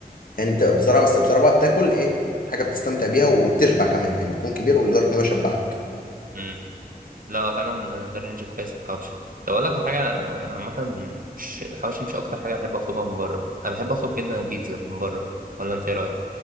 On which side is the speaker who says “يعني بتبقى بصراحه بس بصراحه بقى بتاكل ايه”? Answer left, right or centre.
Left